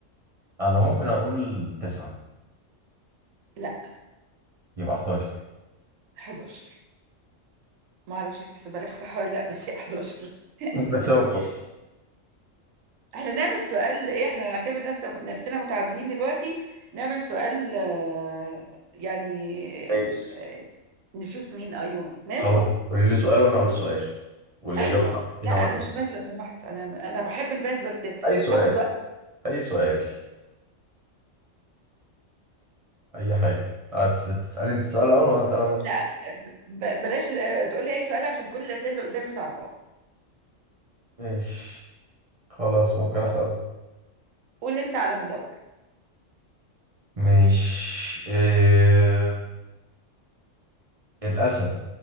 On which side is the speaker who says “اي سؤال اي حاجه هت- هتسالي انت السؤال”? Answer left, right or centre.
Right